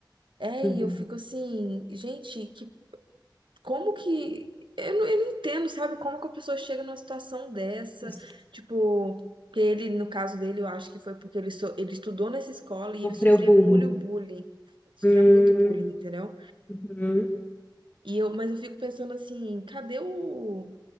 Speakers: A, on the right; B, on the left.
A: É,
B: Uhum.
A: e eu fico assim, gente, que, como que... Eu não, eu não entendo, sabe, como que a pessoa chega numa situação dessa,
B: Nossa,
A: tipo... Que ele, no caso dele, eu acho que foi porque ele, so- ele estudou nessa escola e
B: Sofreu
A: ele sofria
B: bullying.
A: muito bullying, sofria
B: Hum,
A: muito bullying, entendeu?
B: uhum.
A: E eu, mas eu fico pensando assim, cadê o,